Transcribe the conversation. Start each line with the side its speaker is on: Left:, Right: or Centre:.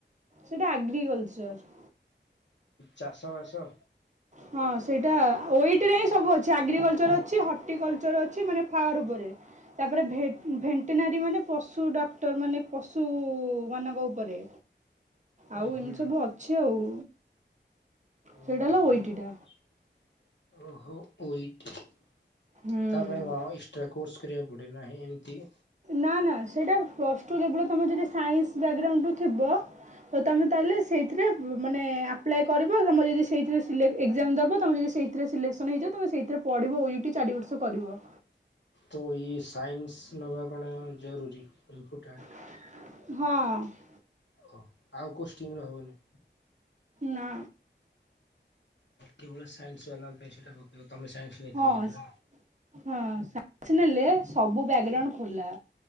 Right: ସେଇଟା ଆଗ୍ରିକଲଚର୍।
Left: ଚାଷ ବାସ,
Right: ହଁ ସେଇଟା ଓଇଠିରେ ହିଁ ସବୁ ଅଛି ଆଗ୍ରିକଲଚର ଅଛି, ହର୍ଟିକଲଚର ଅଛି, ମାନେ ଫାର୍ ଉପରେ। ତାପରେ ଭେ ଭେଣ୍ଟିନାରୀ ମାନେ ପଶୁ ଡକ୍ଟର ମାନେ ପଶୁମାନଙ୍କ ଉପରେ।
Left: ଓହୋ
Right: ଆଉ ଏମିତି ସବୁ ଅଛି ଆଉ। ସେଇଟା
Left: ମୋ
Right: ହେଲା
Left: ଭାଉଜ
Right: ଓଇଟିଟା।
Left: <inaudible> ଓହୋ ଓ ଇ ଟି। ତା
Right: ହୁଁ।
Left: ପାଇଁ କଣ ଏକ୍ସଟ୍ରା କୋର୍ସ କରିବାକୁ ପଡେ ନାହିଁ ଏମତି
Right: ନା ନା ସେଇଟା ପ୍ଲସ୍ ଟୁ ଲେବୁଲ୍ ର ତମେ ଯଦି ସାଇନ୍ସ ବ୍ୟାଗ୍ରାଉଣ୍ଡ ରୁ ଥିବ। ଓ ତମେ ତାହେଲେ ସେଇଥିରେ ମାନେ ଆ ଆପ୍ଲାଏ କରିବ ତମର ଯଦି ସେଇଥିରେ ସି ଏକ୍ଜାମ ଦେବ ତୁମେ ଯଦି ସେଇଥିରେ ସିଲେକ୍ସନ୍ ହେଇଛ ତୁମେ ସେଥିରେ ପଢ଼ିବ ଓ ୟୁ ଟି ଚାରି ବର୍ଷ କରିବ।
Left: ତ ଇଏ ସାଇନ୍ସ ନବା କଣ ଜରୁରୀ ଇମ୍ପୋର୍ଟାଣ୍ଟ୍?
Right: ହଁ।
Left: ଓ ଆଉ କୋଉ ଷ୍ଟିମ୍ ରେ ହବନି?
Right: ନା।
Left: କେବଳ ସାଇନ୍ସ ବାଲାଙ୍କ ପାଇଁ ସେଇଟା ପକେଇବ ତମେ ସାଇନ୍ସ? ନେଇଥିଲ
Right: ହଁ
Left: ବୋଧେ
Right: ହଁ
Left: ନା?
Right: ସାଇନ୍ସ ନେଲେ ସବୁ ବ୍ଯାଗ୍ରାଉଣ୍ଡ ଖୋଲା।